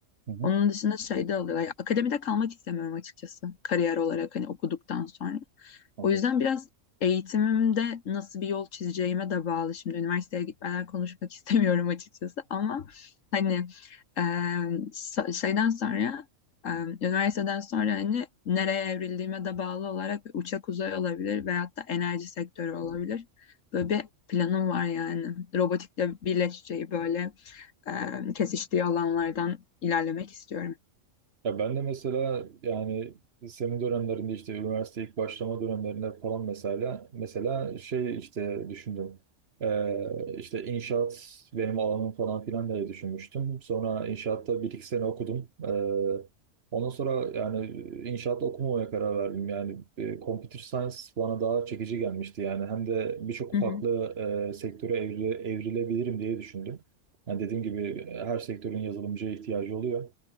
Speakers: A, on the right; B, on the left.
A: Hı hı.
B: Onun dışında şeyde alıyorlar. Ya, akademide kalmak istemiyorum açıkçası kariyer olarak hani okuduktan sonra.
A: Anladım.
B: O yüzden biraz eğitimimde nasıl bir yol çizeceğime de bağlı. Şimdi üniversiteye gitmeden konuşmak <laughs> istemiyorum açıkçası ama hani e, so- şeyden sonra e, üniversiteden sonra hani nereye evrildiğime de bağlı olarak bir uçak uzay olabilir veyahut da enerji sektörü olabilir. Böyle bir planım var yani. Robotikle birleşeceği böyle e, kesiştiği alanlardan ilerlemek istiyorum.
A: Ya ben de mesela yani senin dönemlerinde işte üniversite ilk başlama dönemlerinde falan mesela mesela şey işte düşündüm. Ee, işte inşaat benim alanım falan filan diye düşünmüştüm. Sonra inşaatta bir iki sene okudum. Ee, ondan sonra yani inşaat okumamaya karar verdim. Yani e, computer science bana daha çekici gelmişti. Yani hem de birçok
B: Hı
A: farklı
B: hı,
A: e, sektöre evri- evrilebilirim diye düşündüm. Yani dediğim gibi her sektörün yazılımcıya ihtiyacı oluyor.